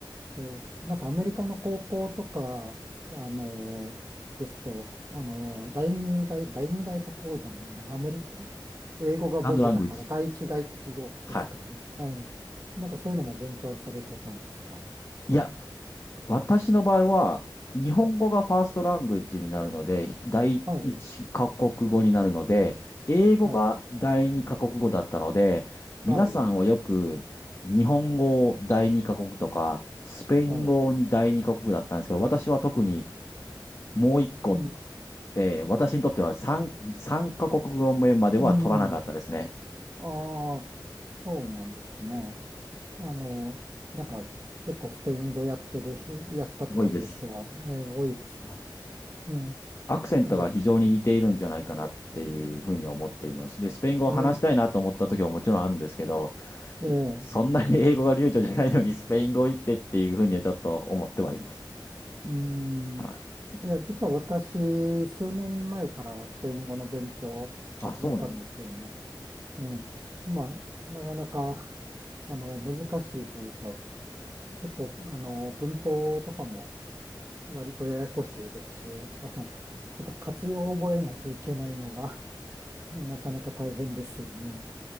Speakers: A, on the right; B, on the left.
A: えーなんかアメリカの高校とか、あのーですと、あのー第二外、第二外国語じゃないな、アメリカ、英語が母語だから第一外国語ですか。
B: セカンドラングイッジ。はい。
A: <laughs> はい。なんかそういうのも勉強されてたんですか。
B: いや、私の場合は、日本語がファーストラングエッジになるので、第一カ国語になるので、
A: はい、
B: 英語が第二カ国語だったので、
A: はい、はい、
B: 皆さんはよく日本語を第二カ国とか、スペイン語を第二カ国だったんですけど、
A: はい。
B: 私は特にもう一個、
A: うん、
B: えー私にとっては三、三カ国語目までは取らなかったですね。
A: うん。ああ、そうなんですね。あのなんか結構スペイン語やってる人、やったとかいう人は、
B: 多いです。
A: えー多いですが。うん、
B: アクセントが非常に似ているんじゃないかなっていうふうに思っています。
A: そうです。
B: で、スペイン語を話したいなと思った時はもちろんあるんですけど、
A: えーええ
B: そんなに英語が流暢じゃないのにスペイン語行ってっていうふうにはちょっと思ってはいます。
A: うん。
B: は
A: いや、実は私、数年前からスペイン語の勉強を始めたんですよね。
B: い。あ、そうなんです。
A: うん。まあ、なかなか、<laughs> あの、難しいというか、結構、あの、文法とかも割とややこしいですし、あの、やっぱ活用を覚えないといけないのが、<laughs> なかなか大変ですよね。